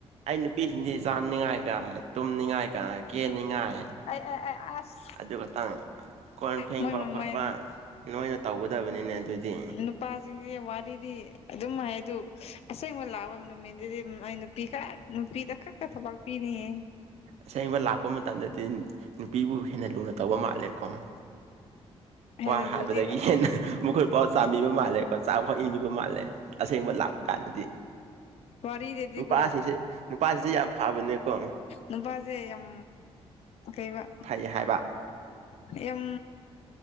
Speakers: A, on the right; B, on the left.
A: ꯑꯩ ꯅꯨꯄꯤꯁꯤꯡꯗꯤ ꯆꯥꯅꯤꯉꯥꯏꯒ ꯇꯨꯝꯅꯤꯉꯥꯏꯒ ꯀꯦꯅꯤꯡꯉꯥꯏ
B: ꯑꯩ ꯑꯩ ꯑꯩ ꯑꯁ
A: ꯑꯗꯨ ꯈꯇꯪ ꯀꯣꯟ ꯐꯦꯡꯕ
B: ꯃꯣꯏ ꯃꯃꯥꯏꯗꯣ
A: ꯈꯣꯠꯄ ꯅꯣꯏꯅ ꯇꯧꯒꯗꯕꯅꯤꯅꯦ ꯑꯗꯨꯗꯤ
B: ꯅꯨꯞ ꯄꯥꯁꯤꯡꯁꯤ ꯋꯥꯔꯤꯗꯤ ꯑꯗꯨꯝ ꯍꯥꯏ ꯑꯗꯨ ꯑꯁꯦꯡꯕ ꯂꯥꯛꯄ ꯅꯨꯃꯤꯠꯗꯨꯗꯤ ꯎꯝ ꯑꯩꯅ ꯄꯤꯈꯛ ꯅꯨꯄꯤꯗ ꯈꯛꯇ ꯊꯕꯛ ꯄꯤꯅꯤꯌꯦ
A: ꯑꯁꯦꯡꯕ ꯂꯥꯛꯄ ꯃꯇꯝꯗꯗꯤ ꯅꯨꯄꯤꯕꯨ ꯍꯦꯟꯅ ꯂꯨꯅ ꯇꯧꯕ ꯃꯥꯜꯂꯦ ꯀꯣ
B: ꯍꯦꯟꯅ
A: ꯋꯥ ꯍꯥꯏꯕꯗꯒꯤ
B: ꯂꯨꯗꯦꯕ
A: ꯍꯦꯟꯅ ꯃꯈꯨꯠ ꯄꯥꯎ ꯆꯥꯝꯕꯤꯕ ꯃꯥꯜꯂꯦ ꯆꯥꯛꯐꯥꯎ ꯏꯟꯕꯤꯕ ꯃꯥꯜꯂꯦ ꯑꯁꯦꯡꯕ ꯂꯥꯛꯄ ꯀꯥꯟꯗꯗꯤ
B: ꯋꯥꯔꯤꯗꯗꯤꯀꯣ
A: ꯅꯨꯄꯥꯁꯤꯡꯁꯦ ꯅꯨꯄꯥꯁꯤꯡꯁꯦ ꯌꯥꯝ ꯐꯕꯅꯦꯀꯣ
B: ꯅꯨꯄꯥꯁꯦ ꯌꯥꯝ ꯀꯩꯕ
A: ꯐꯩ ꯍꯥꯏꯕ
B: ꯍꯌꯨꯝ